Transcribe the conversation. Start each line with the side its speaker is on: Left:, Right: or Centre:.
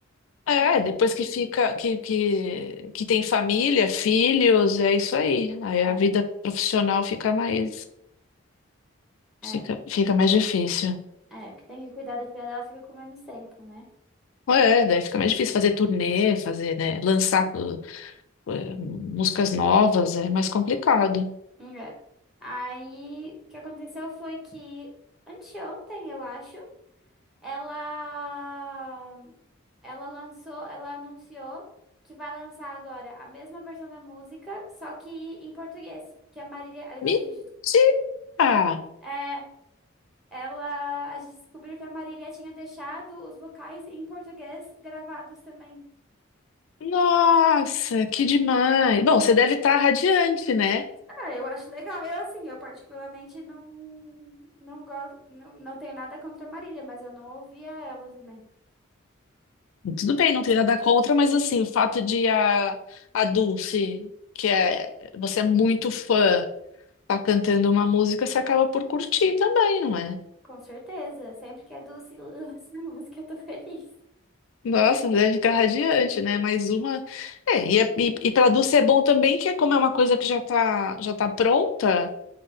Left: É,
Centre: E
Left: depois que fica, que, que, que tem família, filhos, é isso aí. Aí
Centre: é,
Left: a vida profissional fica mais,
Centre: é,
Left: fica, fica mais difícil.
Centre: é, porque tem que cuidar da filha dela, fica com menos tempo, né?
Left: É, daí fica mais difícil fazer turnê, fazer, né, lançar uh, uh, músicas novas, é mais complicado.
Centre: É. Aí, o que aconteceu foi que anteontem, eu acho, ela ela lançou, ela anunciou que vai lançar agora a mesma versão da música, só que em português, que a Marília, agora
Left: Mentira!
Centre: a gente é, ela a gente descobriu que a Marília tinha deixado os vocais em português gravados também.
Left: Nossa, que demais! Bom, você deve estar radiante, né?
Centre: Ah, eu acho legal. Eu, assim, eu particularmente não não gosto, não, não tenho nada contra a Marília, mas eu não ouvia ela também.
Left: Tudo bem, não tem nada contra, mas assim, o fato de a, a Dulce, que é, você é muito fã. tá cantando uma música, você acaba por curtir também, não é?
Centre: Com certeza. Sempre que é doce <laughs> lança música, eu tô feliz.
Left: Nossa, deve ficar radiante, né? Mais uma. É, e, é- e, e para Dulce é bom também, que é como é uma coisa que já tá, já tá pronta,